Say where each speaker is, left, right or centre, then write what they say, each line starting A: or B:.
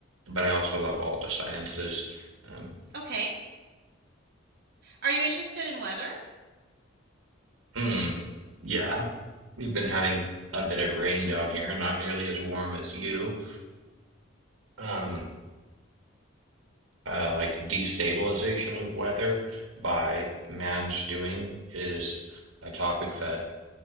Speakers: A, on the right (about 75°); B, on the right (about 50°).
A: but I also love all the sciences. Um,
B: Okay. Are you interested in weather?
A: hmm, yeah, we've been having a bit of rain down here, not nearly as warm as you. Um, uh, like destabilization of weather by man's doing is a topic that